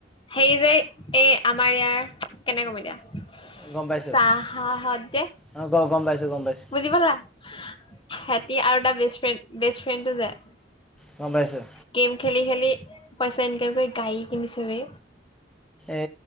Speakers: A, on the left; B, in the centre.
A: হেৰী যে এই আমাৰ ইয়াৰ, কেনেকে কম এতিয়া?
B: গম পাইছো
A: চাহাহত যে
B: অ গ গম পাইছোঁ গম পাইছোঁ
A: বুজি পালা সেহঁতি আৰু টা বেষ্ট ফ্ৰেণ্ড বেষ্ট ফ্ৰেণ্ডটো যে
B: গম পাইছোঁ
A: গেম খেলি খেলি পইচা ইনকাম কৰি গাড়ী কিনিছে বে
B: এ